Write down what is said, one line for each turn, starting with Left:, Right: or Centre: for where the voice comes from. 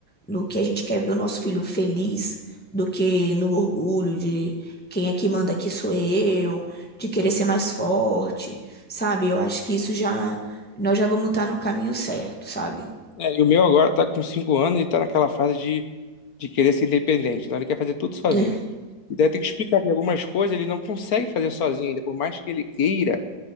Centre: no que a gente quer ver o nosso filho feliz, do que no orgulho de quem é que manda aqui sou eu, de querer ser mais forte, sabe? Eu acho que isso já nós já vamos estar no caminho certo, sabe?
Left: É, e o meu agora tá com cinco anos e tá naquela fase de, de querer ser independente. Então ele quer fazer tudo sozinho.
Centre: <laughs>
Left: E daí tem que explicar que algumas coisas ele não consegue fazer sozinho ainda, por mais que ele queira.